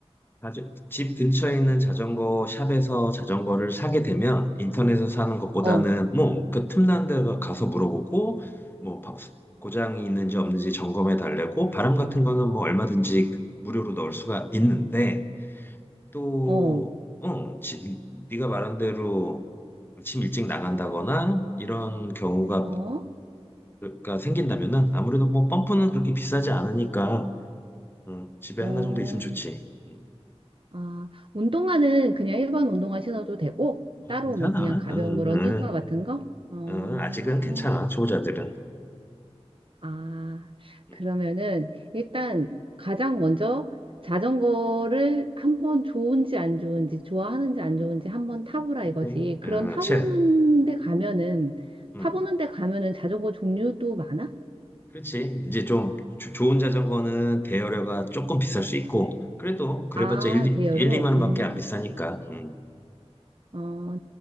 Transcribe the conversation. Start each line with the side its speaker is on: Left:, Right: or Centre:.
Left: 자주- 집 근처에 있는 자전거 샵에서 자전거를 사게 되면 인터넷에서 사는 것보다는
Right: 어,
Left: 뭐 그 틈난 데 가서 물어보고 뭐 바- 고장이 있는지 없는지 점검해 달래고 바람 같은 거는 뭐 얼마든지 무료로 넣을 수가 있는데 또
Right: 어,
Left: 어, 지, 네가 말한 대로 아침 일찍 나간다거나 이런 경우가
Right: 어,
Left: 가 생긴다면은 아무래도 뭐 펌프는 그렇게 비싸지 않으니까 어, 집에
Right: 어.
Left: 하나 정도 있으면 좋지. 음,
Right: 아, 운동화는 그냥 일반 운동화 신어도 되고, 따로
Left: 괜찮아.
Right: 뭐 그냥 가벼운
Left: 응, 응,
Right: 거 러닝화
Left: 응.
Right: 같은 거? 어.
Left: 어, 아직은 괜찮아, 초보자들은.
Right: 아,
Left: 음,
Right: 그러면은 일단 가장 먼저 자전거를 한번 좋은지 안 좋은지, 좋아하는지 안 좋은지 한번 타보라
Left: 근데,
Right: 이거지. 그런
Left: 어,
Right: 타보는
Left: 채,
Right: 데 가면은,
Left: 음,
Right: 타보는 데 가면은 자전거 종류도 많아?
Left: 그렇지. 이제 좀 조- 좋은 자전거는 대여료가 조금 비쌀 수 있고, 그래도 그래봤자
Right: 아,
Left: 1,
Right: 대여로?
Left: 일, 2만 원밖에
Right: 음,
Left: 안 비싸니까. 음,
Right: 어,